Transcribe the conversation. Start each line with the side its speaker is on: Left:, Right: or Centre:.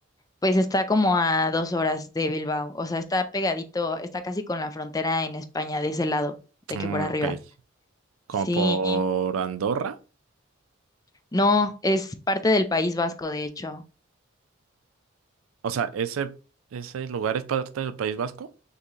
Left: Pues está como a dos horas de Bilbao, o sea, está pegadito, está casi con la frontera en España de ese lado, de
Right: Mm,
Left: que por arriba.
Right: Ok. ¿Como
Left: Sí,
Right: por Andorra?
Left: no, es parte del País Vasco, de hecho.
Right: O sea, ¿ese, ese lugar es parte del País Vasco?